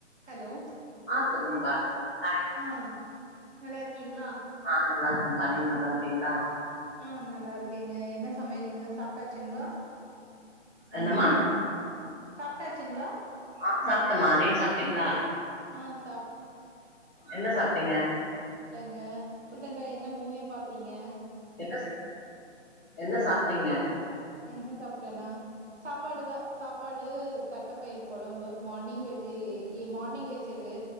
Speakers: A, on the right (about 65°); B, on the left (about 20°).
A: Hello
B: ஆ சொல்லுங்கப்பா hi
A: ஆ நல்லா இருக்கீங்ளா
B: அ நல்ல இருக்கேமா நீங்க நல்லா இருக்கீங்ளா
A: ஆ நல்லா இருக்கேங்க என்ன சமையலுங்க சாப்ட்டாச்சுங்ளா
B: என்னம்மா
A: சாப்ட்டாச்சுங்ளா
B: ஆ சாப்ட்டம்மா நீங்க சாப்ட்டீங்ளா
A: ஆ சாப்
B: என்ன சாப்ட்டீங்க
A: சாப்டங்க ரீசண்ட்டா என்ன என்ன மூவி பாத்தீங்க
B: என்ன என்ன சாப்ட்டீங்க
A: என்ன சாப்ட்டேனா சாப்பாடுதா சாப்பாடு தட்டைப்பயிர் கொழம்பு மா நீங்க வச்சேயே எ மார்னிங் வச்சது